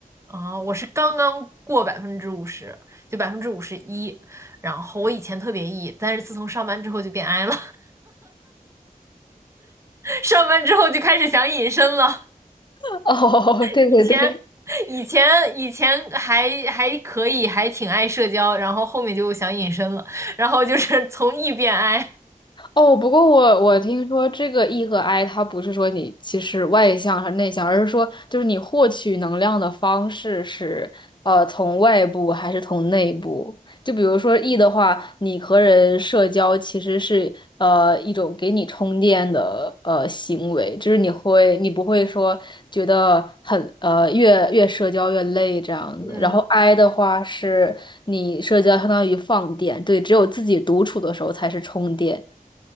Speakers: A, on the right; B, on the left.
A: 啊，我是刚刚过百分之五十，就百分之五十一。然后我以前特别 E，但是自从上班之后就变 I 了，<laughs> 上班之后就开始想隐身了。
B: <laughs> 哦，对对对，
A: 以前，以前，以前还还可以，还挺爱社交，然后后面就想隐身了，然后就是从 E 变 I。
B: 哦，不过我我听说这个 E 和 I，它不是说你其实外向和内向，而是说就是你获取能量的方式是呃从外部还是从内部。就比如说 E 的话，你和人社交其实是呃一种给你充电的呃行为，就是你会你不会说觉得很呃越越社交越累这样子。
A: 嗯，
B: 然后 I 的话是你社交相当于放电，对，只有自己独处的时候才是充电。